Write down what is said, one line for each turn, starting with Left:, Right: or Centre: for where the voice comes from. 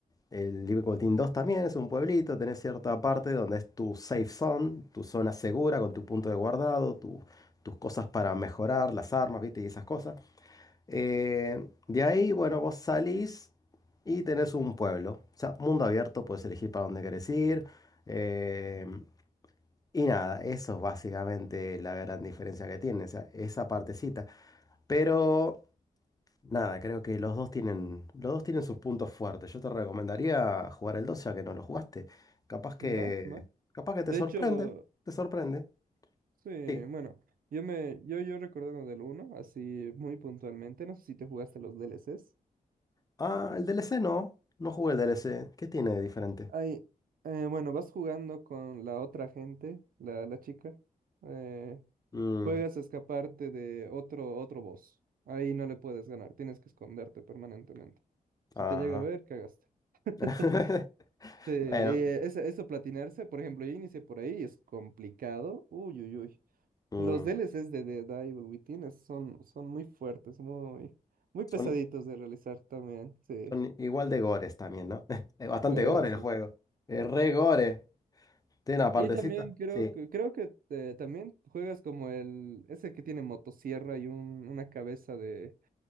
Left: El Libre 2 también es un pueblito. Tenés cierta parte donde es tu safe zone, tu zona segura con tu punto de guardado, tu- tus cosas para mejorar, las armas, ¿viste? Y esas cosas. Eh, de ahí, bueno, vos salís y tenés un pueblo. O sea, mundo abierto, puedes elegir para dónde querés ir. eh, y nada, eso es básicamente la gran diferencia que tienen, o sea, esa partecita. Pero nada, creo que los dos tienen, los dos tienen sus puntos fuertes. Yo te recomendaría jugar el 2 ya que no lo jugaste. Capaz que,
Right: No, no.
Left: capaz que te
Right: De
Left: sorprende,
Right: hecho,
Left: te sorprende.
Right: sí,
Left: Sí.
Right: bueno, yo me, yo, yo recordando del uno así muy puntualmente, no sé si te jugaste los DLCs.
Left: Ah, el DLC no, no jugué el DLC. ¿Qué tiene de diferente?
Right: Ay, eh, bueno, vas jugando con la otra gente, la, la chica. eh,
Left: Mm,
Right: juegas a escaparte de otro, otro boss. Ahí no le puedes ganar, tienes que esconderte permanentemente. Si
Left: ajá.
Right: te llega a ver, cagaste. <laughs>
Left: <laughs>
Right: Sí, eh,
Left: Bueno,
Right: esa- eso, platinarse, por ejemplo, yo inicié por ahí, es complicado. Uy, uy, uy.
Left: mm,
Right: Los DLCs de Dead Evil Within es- son, son muy fuertes, muy, muy pesaditos
Left: son,
Right: de realizar también, sí,
Left: son igual de gores también, ¿no? <laughs> Es bastante
Right: sí,
Left: gore
Right: sí.
Left: el juego. Es re gore. Tiene una partecita.
Right: Y también creo
Left: Sí.
Right: que, creo que eh, también juegas como el, ese que tiene motosierra y un, una cabeza de,